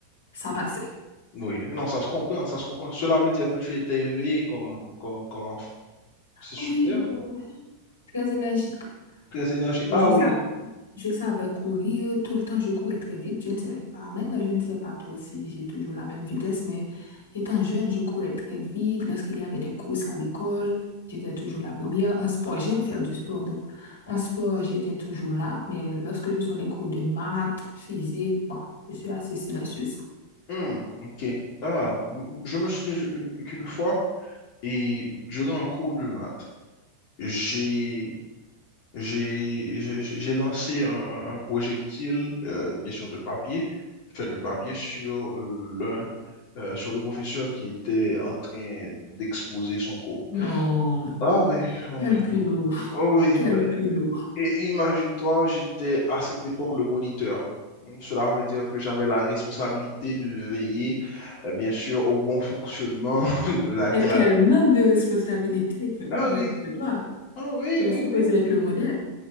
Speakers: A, on the left; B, on the left.
A: ça passait.
B: oui. Non, ça se comprend, ça se comprend. Cela veut dire que tu étais éveillé comme, comme, comme enfant. C'est super.
A: Oui, j'étais très énergique.
B: Très énergique.
A: Mais
B: Ah
A: je sais,
B: oui.
A: Je savais courir tout le temps, je courais très vite. Je ne sais pas. Maintenant, je ne sais pas trop si j'ai toujours la même vitesse, mais étant jeune, je courais très vite. Lorsqu'il y avait des courses à l'école, j'étais toujours la première. En sport, j'aime faire du sport. Donc, en sport, j'étais toujours là, mais lorsque ce sont les cours de maths, physique, bon, je suis assez silencieuse.
B: Hmm, ok. Ah, m- je me souviens je- euh, qu'une fois, et durant un cours de maths, j'ai J'ai j'ai- j'ai lancé un, un- un projectile, euh, bien sûr de papier, fait de papier sur l'un, euh, sur le professeur qui était en train d'exposer son cours.
A: Non,
B: Ah ouais, ah
A: quel
B: ouais,
A: culot,
B: oh, Oh oui,
A: quel
B: ouais.
A: culot.
B: Et imagine-toi, j'étais à cette époque le moniteur. Donc, Cela veut dire que j'avais la responsabilité de veiller, euh, bien sûr, au bon fonctionnement <laughs> de la
A: Et
B: classe.
A: quel manque de responsabilité venant
B: Ah oui,
A: de toi.
B: ah oui,
A: Tu es
B: oui,
A: supposé
B: oui.
A: être le modèle.